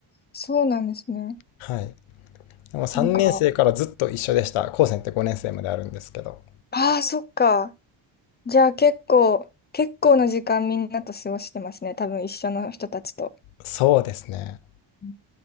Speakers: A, on the left; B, on the left.
A: そうなんですね。
B: はい。でも3年生からずっと一緒でした。
A: なんか、
B: 高専って5年生まであるんですけど。
A: ああ、そっか。じゃあ結構、結構な時間みんなと過ごしてますね。多分一緒の人たちと。
B: そうですね。
A: うん